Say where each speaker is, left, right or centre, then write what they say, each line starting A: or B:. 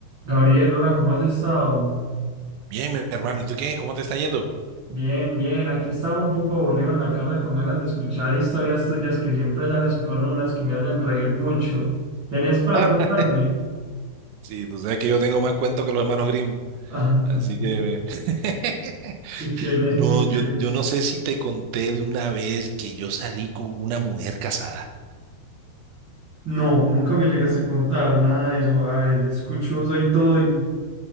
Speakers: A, on the right; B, on the right.
A: Gabriel, hola, ¿cómo has estado?
B: Bien, mi hermano, ¿y tú qué? ¿Cómo te está yendo? <laughs>
A: Bien, bien, aquí estaba un poco aburrido en la casa con ganas de escuchar historias tuyas que siempre sales con unas que me hacen reír mucho. ¿Tenés para
B: Ah,
A: contarme?
B: sí, tú sabes que yo tengo más cuento que los hermanos Grimm,
A: Ay,
B: así que... <laughs>
A: excelente,
B: No,
A: excelente.
B: yo, yo no sé si te conté de una vez que yo salí con una mujer casada.
A: No, nunca me llegaste a contar nada de eso. A ver, escucho, soy todo. y-